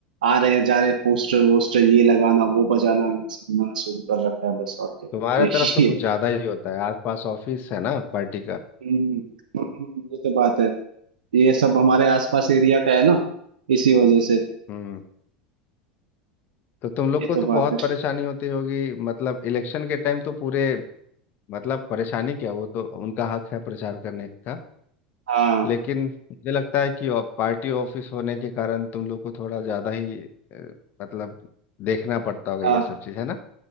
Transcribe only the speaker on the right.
आ रहे हैं जा रहे हैं पोस्टर वोस्टर ये लगाना वो बजाना ये सब उन्होंने शुरू कर रखा है बस और क्या
यही
है
हम्म, हम्म, ये तो बात है ये सब हमारे आसपास एरिया का है ना इसी वजह से
ये
तो
बात
है
हाँ
हाँ